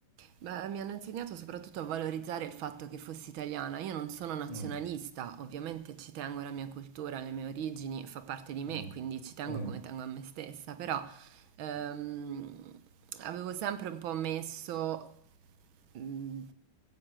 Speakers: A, on the right (about 85°); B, on the left (about 20°).
A: Beh, mi hanno insegnato soprattutto a valorizzare il fatto che fossi italiana. Io non sono nazionalista,
B: Mm,
A: ovviamente ci tengo alla mia cultura, alle mie origini, fa parte di me,
B: mm,
A: quindi ci tengo
B: mm,
A: come tengo a me stessa, però ehm, avevo sempre un po' messo mm,